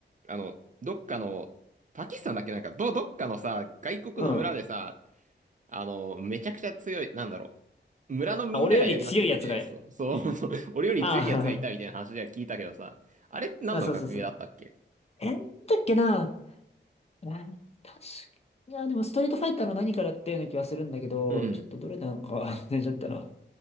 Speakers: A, on the right; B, on the left.
A: あの、どっかの、パキスタンだっけなんか、ど、どっかのさ、外国の村でさ、
B: うん。
A: あの、めちゃくちゃ強い、なんだろう、村のみんながやりまくって、
B: あ、俺より強いやつが、
A: そう、
B: っていう。
A: <laughs> そう、そう、俺より強いやつがいたみたいな話では聞いたけどさ、
B: あ
A: あれって何の格ゲーだったっけ
B: あ、<laughs> あ、そうそうそう。え、なんだっけな。えー確か、いや、でもストリートファイターの何からっていうような気はするんだけど、
A: うん。
B: ちょっとどれなのか <laughs> 忘れちゃったな。